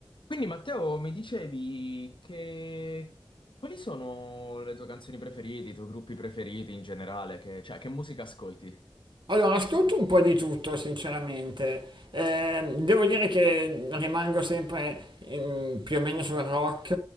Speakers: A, on the left; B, on the right.
A: Quindi Matteo, mi dicevi che quali sono le tue canzoni preferite, i tuoi gruppi preferiti in generale, che, cioè che musica ascolti?
B: Allora, ascolto un po' di tutto, sinceramente. Eh, devo dire che rimango sempre mm, più o meno sul rock,